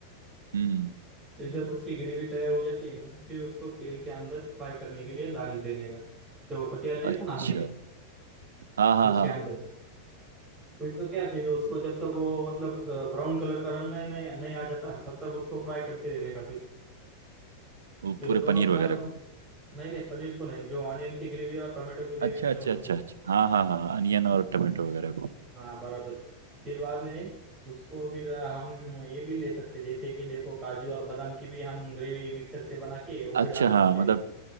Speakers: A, on the right (about 70°); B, on the right (about 20°).
A: हम्म
B: फिर जब उसकी ग्रेवी तैयार हो जाती है ना फिर उसको तेल के अंदर फ्राई करने के लिए डाल देने का जब वो पतीला लिया
A: अच्छा
B: था ना हमने
A: हाँ हाँ
B: उसके
A: हाँ
B: अंदर फिर तो क्या फिर उसको जब तक वो मतलब ब्राउन कलर का रंग नहीं नहीं नहीं आ जाता तब तक उसको फ्राई करते रहने का फिर
A: वो
B: फिर
A: पूरे
B: वो दोनों
A: पनीर
B: फ्राई
A: वगैरह
B: हो
A: को
B: नहीं नहीं पनीर को नहीं जो ऑनियन की ग्रेवी और टोमेटो की ग्रेवी
A: अच्छा
B: थी ना
A: अच्छा
B: उसको
A: अच्छा अच्छा हाँ हाँ हाँ हाँ, अनियन और टमाटो वगैरह को
B: हाँ बराबर फिर बाद में उसको फिर हम ये भी ले सकते जैसे कि देखो काजू और बादाम की भी हम ग्रेवी मिक्सर से बना के वो
A: अच्छा
B: भी डाल
A: हाँ
B: सकते
A: मतलब
B: हैं